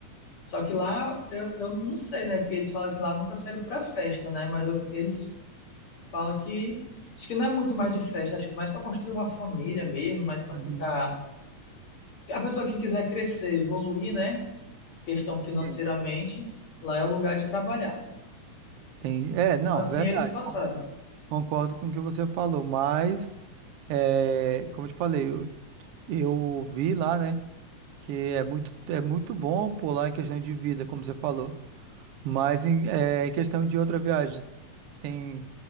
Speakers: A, on the left; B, on the right.
A: Só que lá, eu, eu não sei, né? Porque eles falam que lá nunca saíram para festa, né? Mas eu- eles falam que. Acho que não é muito mais de festa, acho que mais para construir uma família mesmo, mais para
B: Uhum.
A: ficar. A pessoa que quiser crescer, evoluir, né? Questão financeiramente,
B: Sim.
A: lá é o lugar de trabalhar.
B: Tem, é, não,
A: Assim
B: é verdade.
A: eles passaram.
B: Con- Concordo com o que você falou, mas é, como eu te falei, eu, eu vi lá, né, que é muito, é muito bom por lá em questão de vida, como você falou. Mas em, é, em questão de outra viagem, tem,